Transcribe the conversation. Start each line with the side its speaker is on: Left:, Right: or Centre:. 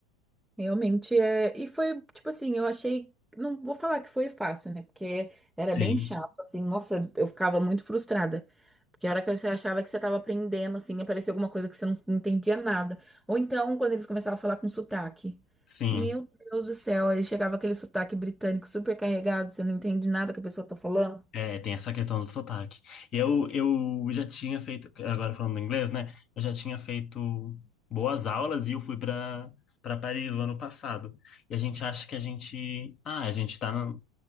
Centre: Realmente é. E foi, tipo assim, eu achei. Não vou falar que foi fácil, né? Porque era
Left: Sim.
Centre: bem chato, assim. Nossa, eu ficava muito frustrada. Porque a hora que você achava que você estava aprendendo, assim, aparecia alguma coisa que você não não entendia nada. Ou então, quando eles começavam a falar com sotaque.
Left: Sim,
Centre: Meu Deus do céu, aí chegava aquele sotaque britânico super carregado, você não entende nada que a pessoa tá falando.
Left: é, tem essa questão do sotaque. Eu, eu já tinha feito, agora falando inglês, né? Eu já tinha feito boas aulas e eu fui para para Paris o ano passado. E a gente acha que a gente, ah, a gente tá na-